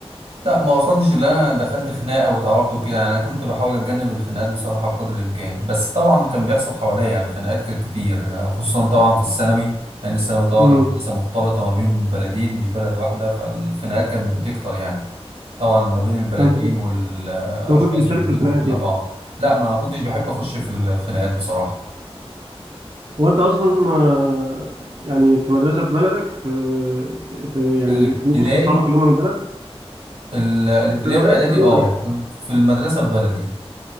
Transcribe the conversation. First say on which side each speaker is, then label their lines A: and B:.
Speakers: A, on the right; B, on the right.
A: لا ما وصلتش اللي انا دخلت خناقه واتعورت وكده يعني انا كنت بحاول اتجنب الخناقات بصراحه بقدر الامكان بس طبعا كان بيحصل حواليا يعني خناقات كانت كتير خصوصا طبعا في الثانوي لان الثانوي طبعا
B: امم
A: كان مدرسه مختلطه ما بين بلدين مش بلد واحده فالخناقات كانت بتكتر يعني طبعا ما بين البلدين
B: فانت كنت انت
A: والاشخاص
B: ما كنتش بتشارك
A: بيمسكوا
B: في الخناقات
A: في خناق
B: يعني
A: بعض لا ما كنتش بحب اخش في الخناقات بصراحه
B: هو انت اصلا آه، يعني في مدرسه في بلدك في, في يعني
A: الابتدائي
B: في وسط اصحابك اللي هم من البلد
A: ال- الابتدائي
B: في المدارس
A: واعدادي
B: عموما
A: اه
B: يعني
A: في المدرسه في بلدي